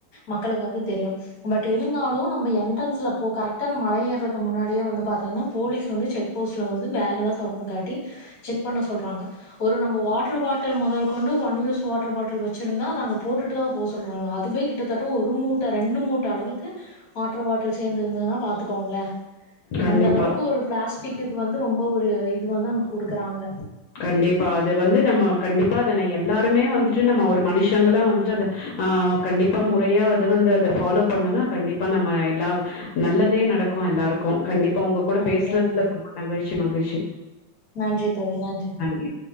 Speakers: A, on the left (about 50°); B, on the left (about 80°).
A: மக்களுக்கு வந்து தெரியு பட் இருந்தாலு நம்ம என்ட்ரன்ஸ்ல போ கரெக்ட் டா மலைய ஏர்றதுக்கு முன்னாடியே வந்து பாத்தீங்கன்னா போலீஸ் வந்து செக் போஸ்ட்ல வந்து பேகெலா தொறந்து காட்டி செக் பண்ண சொல்றாங்க ஒரு நம்ம வாட்டர் பாட்டில் மொதல் கொண்டு one use water bottle வெச்சிருந்தா அத அங்க போட்டுட்டு தா போ சொல்றாங்க அதுவே கிட்டத்தட்ட ஒரு மூட்ட ரெண்டு மூட்ட அளவுக்கு வாட்டர் பாட்டில் சேந்து இருந்ததுன்னா பாத்துக்கோங்களே
B: கண்டிப்பா.
A: அந்த அளவுக்கு ஒரு பிளாஸ் டிக்குக்கு வந்து ரொம்போ ஒரு இது வந்து அங்க குடுக்குறாங்க
B: கண்டிப்பா அது வந்து நம்ம கண்டிப்பா அத நா எல்லாருமே வந்துட்டு நம்ம ஒரு மனுஷங்களா வந்துட்டு அத ஆ கண்டிப்பா முறையா அத வந்து அத ஃபாலோ பண்ணுனா கண்டிப்பா நம்ம எல்லா நல்லதே நடக்கு எல்லாருக்கு கண்டிப்பா உங்க கூட
A: கண்டிப்பா
B: பேசுறதுல
A: தோழி
B: ரொம்ப மகிழ்ச்சி மகிழ்ச்சி
A: நன்றி தோழி நன்றி
B: நன்றி